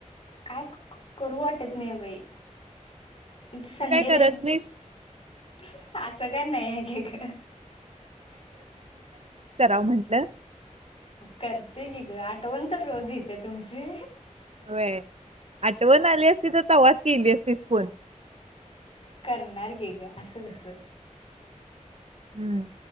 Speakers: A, on the left; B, on the right.
A: काय करू वाट वाटत नाही बाई ते संडे
B: तू काय करत
A: ला एक
B: नाहीस
A: असं काय नाही हाय का
B: राव म्हटलं
A: करते की ग आठवण तर रोज येते तुमची
B: वय आठवण आली असती तर तवच केली असतीस पण
A: करणार की का असं कस
B: हम्म